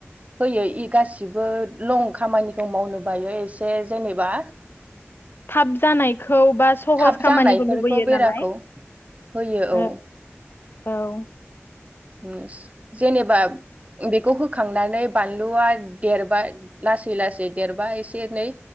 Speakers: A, on the right; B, on the left.
A: पोयो इ गासिबो लं खामानिखौ मावनो बायो एसे जेनेबा
B: थाब जानायखौ बा सहस
A: थाब
B: खामानिखौ
A: जानायफोरखौ
B: लुबैयो
A: बेराखौ
B: नालाय
A: होयो औ
B: ओ। औ।
A: उमस जेनेबा बेखौ होग खांनानै बानलुआ देरबा लासै लासै देरबाय एसे एनै।